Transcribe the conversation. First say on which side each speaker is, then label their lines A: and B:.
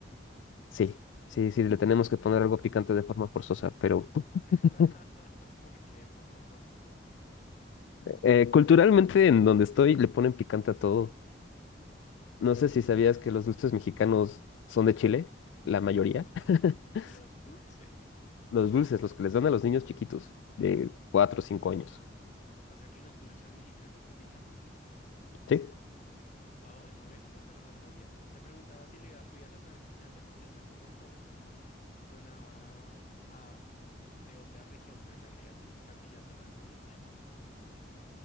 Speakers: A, on the left; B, on the left.
A: Sí, sí, sí, le tenemos que poner algo picante de forma forzosa, pero <laughs>
B: <laughs> Porque de forma forzosa.
A: eh, culturalmente en donde estoy le ponen picante a todo.
B: Sí,
A: No sé si sabías que los dulces mexicanos son de Chile, la mayoría. <laughs>
B: los dulces.
A: Los dulces, los que les dan a los niños chiquitos de 4 o cinco años.
B: O sea que los dulces mexicanos son picantes.
A: Sí,
B: Oh, no, esa parte no la sabía. Te preguntaba si le podías a poner picante porque hasta el momento sonaba a, de otra región, pero le agregas el picante y ya suena mexicano. <laughs>